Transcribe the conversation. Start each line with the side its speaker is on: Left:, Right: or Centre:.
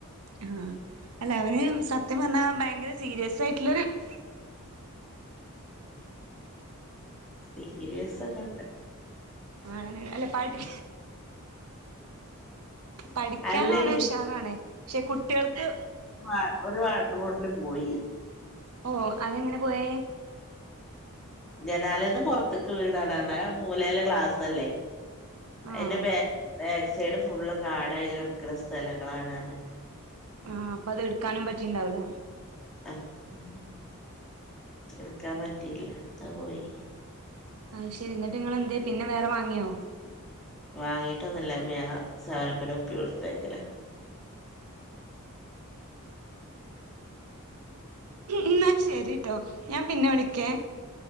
Right: ആഹ് അല്ല അവന് സത്യം പർഞ്ഞാ ഭയങ്കര സീര്യസായിട്ട് <unintelligible>
Centre: സീര്യസൊക്കെണ്ട്.
Right: ആണനെ അല്ലെ പഠി പഠിക്ക്യാനോന്
Centre: അല്ലടി
Right: ഉഷാറാണ് പക്ഷെ കുട്ട്യെൾക്ക്
Centre: ഏഹ് ഒരു വാട്ടർ ബോട്ട്ല് പോയി.
Right: ഓഹ് അതെങ്ങനെ പോയേ?
Centre: ജനാലേന്ന് പൊർത്ത്ക്ക് വീണാണർഞ്ഞ് ആ മൂലേലെ ക്ലാസല്ലേ.
Right: ആഹ്
Centre: അയ്ന്റെ ബേ ബേക്ക് സൈഡ് ഫുള്ള് കാടായി കെടക്ക്ണ സ്ഥലങ്ങളാണ ർഞ്ഞ്.
Right: ആഹ് അപ്പത് ട്ക്കാനും പറ്റിണ്ടാവൂല.
Centre: ആഹ് എട്ക്കാൻ പറ്റിയില്ല അത് പോയി.
Right: അയ് ശെരി ന്നട്ട് നിങ്ങളെന്തേ പിന്നെ വേറെ വാങ്ങ്യോ?
Centre: വാങ്ങീട്ടൊന്നുല്ല ഇപ്പ ഞാ സെവനപ്പ്ൻ്റെ കുപ്പി കൊട്ത്തയ്ക്കല.
Right: എന്നാ ശെരിട്ടോ ഞാൻ പിന്നെ വിളിക്കേ.